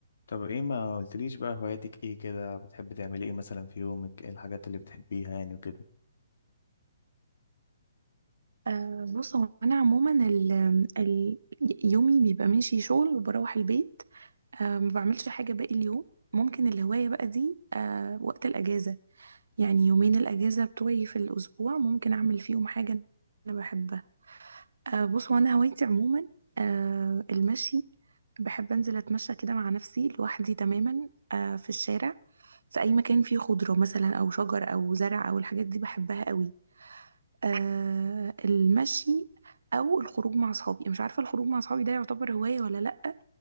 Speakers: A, on the left (about 65°); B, on the right (about 70°).
A: طب ايه ما قلتليش بقى هواياتك ايه كده بتحب تعملي ايه مثلا في يومك ايه الحاجات اللي بتحبيها يعني وكده
B: أه بص هو انا عموما ال ال يومي بيبقى ماشي شغل وبروح البيت أه ما بعملش حاجه باقي اليوم ممكن الهوايه بقى دي أه وقت الاجازه يعني يومين الاجازه بتوعي في الاسبوع ممكن اعمل فيهم حاجه انا بحبها أه بص هو انا هوايتي عموما أه المشي بحب انزل اتمشى كده مع نفسي لوحدي تماما أه في الشارع في اي مكان فيه خضره مثلا او شجر او زرع او الحاجات دي بحبها قوي آه المشي او الخروج مع اصحابي مش عارفه الخروج مع اصحابي ده يعتبر هوايه ولا لا